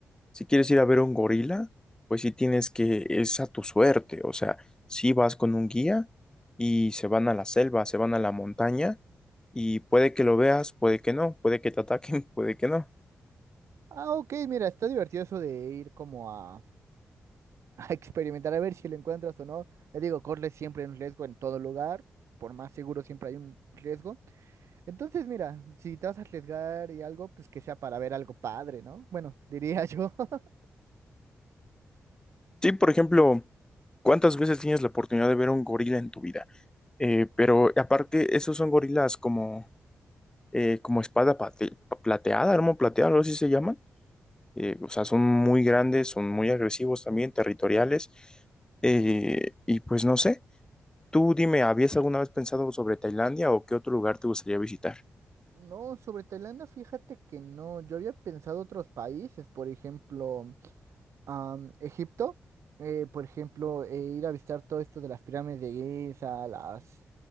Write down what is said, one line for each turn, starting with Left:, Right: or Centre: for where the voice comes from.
Left: si quieres ir a ver un gorila, pues sí tienes que, es a tu suerte, o sea, si vas con un guía y se van a la selva, se van a la montaña y puede que lo veas, puede que no, puede que te ataquen, <laughs> puede que no.
Right: Ah, ok, mira, está divertido eso de ir como a, <laughs> a experimentar a ver si lo encuentras o no. Les digo, corre siempre un riesgo en todo lugar, por más seguro siempre hay un riesgo. Entonces, mira, si te vas a arriesgar y algo, pues que sea para ver algo padre, ¿no? Bueno, diría yo. <laughs>
Left: Sí, por ejemplo, ¿cuántas veces tienes la oportunidad de ver un gorila en tu vida? Eh, pero aparte, esos son gorilas como, eh, como espada plate- plateada, arma plateada, algo así se llaman eh, o sea, son muy grandes, son muy agresivos también, territoriales. eh, y pues no sé, tú dime, ¿habías alguna vez pensado sobre Tailandia o qué otro lugar te gustaría visitar?
Right: No, sobre Tailandia, fíjate que no. Yo había pensado otros países, por ejemplo, am, Egipto, eh, por ejemplo, eh, ir a visitar todo esto de las pirámides de Giza, las